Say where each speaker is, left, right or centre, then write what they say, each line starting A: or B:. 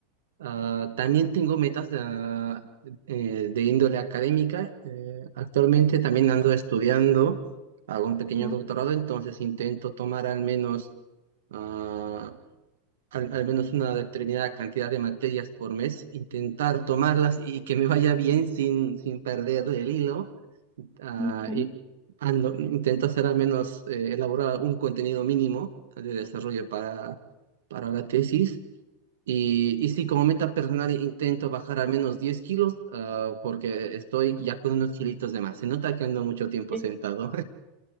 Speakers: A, on the right; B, in the centre.
A: Ah, también tengo metas ah, eh, de índole académica. Eh, actualmente también ando estudiando, hago un pequeño
B: Ok.
A: doctorado, entonces intento tomar al menos, ah, al, al menos una determinada cantidad de materias por mes, intentar tomarlas y que me vaya bien sin, sin perder el hilo ah,
B: Ujú.
A: y ando- intento hacer al menos eh, elaborar un contenido mínimo de desarrollo para, para la tesis. Y, y sí, como meta personal intento bajar al menos 10 kilos, ah, porque estoy ya con unos kilitos de más. Se nota que ando mucho tiempo
B: Sí.
A: sentado.